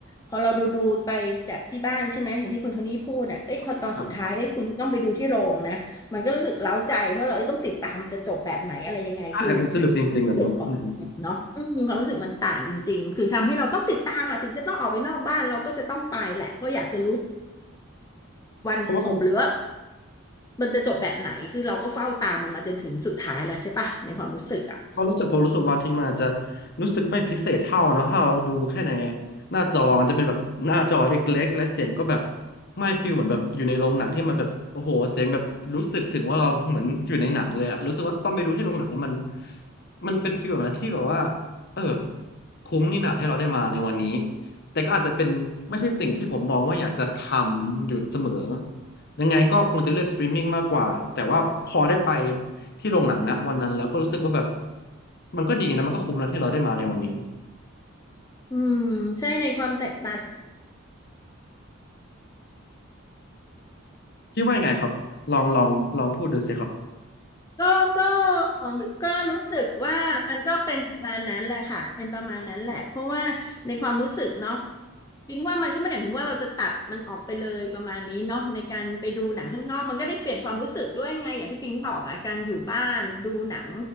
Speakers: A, on the left; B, on the left.
A: พอเราดูดูไปจากที่บ้านใช่ไหม เห็นที่คุณโทนี่พูดอ่ะเอ้ยพอตอนสุดท้ายเอ้ยคุณจะต้องไปดูที่โรงนะ
B: อืมครับ
A: มันก็รู้สึกเล้าใจเพราะเราเอ้ยต้องติดตามจะจบแบบไหนอะไรยังไงคือ
B: ใช่มันสนุกจริงๆแบบนั้นอืม
A: ความรู้สึกออกมันเนาะอืมความรู้สึกมันต่างจริงๆ คือทำให้เราต้องติดตามอ่ะถึงจะต้องออกไปนอกบ้านเราก็จะต้องไปแหละเพราะอยากจะรู้วันจบหรือว่า
B: เพราะว่า
A: มันจะจบแบบไหนคือเราก็เฝ้าตามมันมาจนถึงสุดท้ายแล้วใช่ปะในความรู้สึกอ่ะ
B: เพราะรู้สึกผมรู้สึกบางทีมันอาจจะรู้สึกไม่พิเศษเท่าเนาะถ้าเราดูแค่ในหน้าจอมันจะเป็นแบบหน้าจอเล็กๆและเสียงก็แบบไม่ฟิลเหมือนแบบอยู่ในโรงหนังที่มันแบบโอ้โหเสียงแบบรู้สึกถึงว่าเราเหมือนอยู่ในหนังเลยอะรู้สึกว่าตอนไปดูที่โรงหนังแล้วมันมันเป็นฟิลแบบนั้นที่แบบว่าเออคุ้มนี่หนาที่เราได้มาในวันนี้แต่ก็อาจจะเป็นไม่ใช่สิ่งที่ผมมองว่าอยากจะทำอยู่เสมอยังไงก็คงจะเลือกสตรีมมิ่งมากกว่าแต่ว่าพอได้ไป ที่โรงหนังนะวันนั้นแล้วก็รู้สึกว่าแบบมันก็ดีนะมันก็คุ้มนะที่เราได้มาในวันนี้
A: อืมใช่ในความแตกต่าง
B: คิดว่ายังไงครับลองลองลองพูดดูสิครับ
A: ก็ก็ก็รู้สึกว่ามันก็เป็นประมาณนั้นแหละค่ะเป็นประมาณนั้นแหละเพราะว่าในความรู้สึกเนาะพิงว่ามันก็ไม่ได้หมายถึงว่าเราจะตัดมันออกไปเลยประมาณนี้เนาะในการไปดูหนังข้างนอกมันก็ได้เปลี่ยนความรู้สึกด้วยไงอย่างที่พิงบอกอะการอยู่บ้านดูหนัง